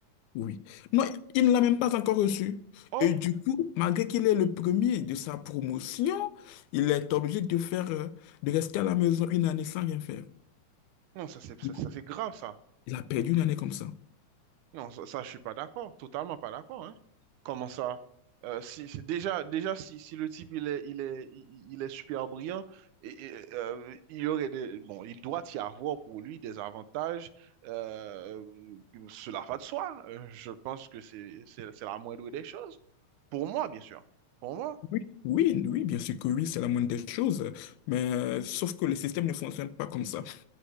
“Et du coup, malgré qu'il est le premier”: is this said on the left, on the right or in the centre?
Left